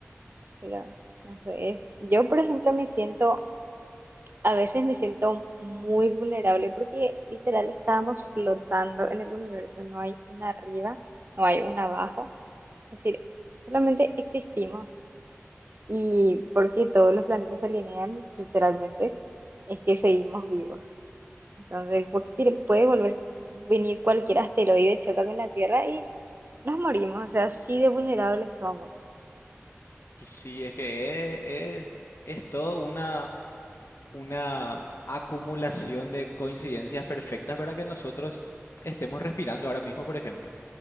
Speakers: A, on the right; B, on the left.
A: Pero, no sé, es- yo, por ejemplo, me siento, a veces me siento muy vulnerable porque literal estábamos flotando en el universo, no hay una arriba, no hay un abajo. Es decir, solamente existimos. Y porque todos los planetas se alinean, literalmente, es que seguimos vivos. Entonces, pu- pi- puede volver, venir cualquier asteroide, choca con la Tierra y nos morimos. O sea, así de vulnerables somos.
B: Y sí, es que es, es- es todo una, una acumulación de coincidencias perfectas para que nosotros estemos respirando ahora mismo, por ejemplo.